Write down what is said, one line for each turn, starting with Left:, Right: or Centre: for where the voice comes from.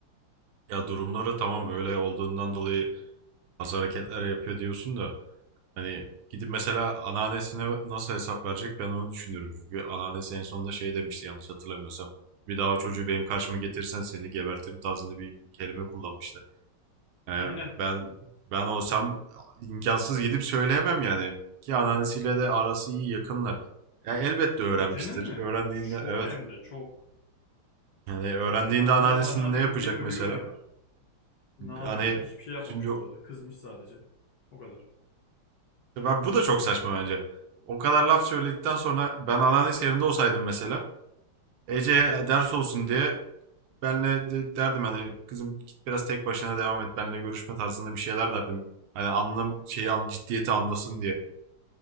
Right: Ya durumları tamam öyle olduğundan dolayı bazı hareketler yapıyor diyorsun da Hani gidip mesela anneannesine nasıl hesap verecek ben onu düşünüyorum. Çünkü anneannesi en sonunda şey demişti yanlış hatırlamıyorsam. Bir daha o çocuğu benim karşıma getirsen seni gebertirim tarzında bir kelime kullanmıştı. Yani
Left: Aynen.
Right: ben ben olsam imkansız gidip söyleyemem yani. Ki anneannesiyle de arası iyi yakınlar. Ya elbette öğrenmiştir.
Left: Ece'nin mi?
Right: Öğrendiğinde
Left: Çok
Right: evet.
Left: hem de çok.
Right: Yani öğrendiğinde
Left: Anneannem
Right: anneannesinin
Left: anneannem
Right: ne yapacak
Left: diye ölüyor
Right: mesela?
Left: ya. Ne yapacak?
Right: Hani
Left: Hiçbir şey yapmamış
Right: şimdi
Left: bu arada. Kızmış sadece. O kadar.
Right: ben, bu da çok saçma bence. O kadar laf söyledikten sonra ben anneannesi yerinde olsaydım mesela Ece'ye ders olsun diye benle de derdim hani kızım git biraz tek başına devam et benle görüşme tarzında bir şeyler derdim. Hani anlam şeyi al ciddiyeti anlasın diye.